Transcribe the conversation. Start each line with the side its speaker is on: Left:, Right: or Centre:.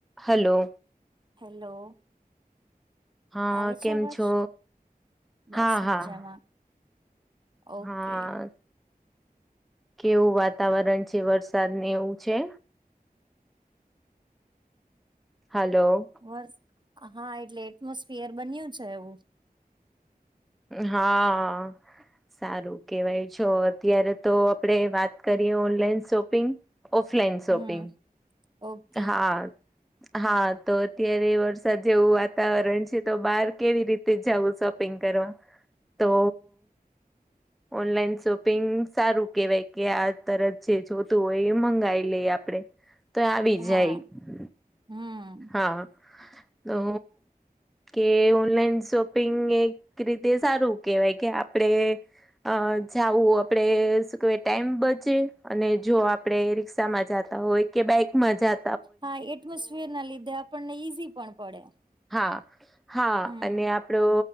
Centre: Hello.
Right: Hello.
Centre: હા
Right: આવે છે
Centre: કેમ
Right: અવાજ?
Centre: છો
Right: બસ
Centre: હા
Right: મજામાં.
Centre: હા
Right: ઓકે.
Centre: હા કેવું વાતાવરણ છે વરસાદ ને એવું છે? હલો.
Right: વસ હા એટલે એટમોસફિયર બન્યું છે એવું.
Centre: હા... સારું કેવાય છ અત્યારે તો આપડે વાત કરીએ ઓનલાઈન શોપિંગ. Offline shopping.
Right: હમ ઓકે
Centre: હા. હા, તો અત્યારે વરસાદ જેવું વાતાવરણ છે તો બહાર કેવી રીતે જવું શોપિંગ કરવા. તો.. ઓનલાઈન શોપિંગ સારું કેહેવાય કે, આ તરત જે જોતું હોય એ મંગાવી લઈ આપડે. તો આવી
Right: હા
Centre: જાય.
Right: હમ.
Centre: હા તો કે ઓનલાઈન શોપિંગ એક રીતે સારું કેહેવાય કે આપડે અ જાવું આપડે શું કેહેવાય ટાઈમ બચે અને જો આપડે રિ કસામાં જાતા હોય કે બાઇકમાં જા
Right: હા એટમોસફિયરના લીધે એ આપણને ઈઝી પણ પડે.
Centre: હા હા
Right: હમ
Centre: અને આપણો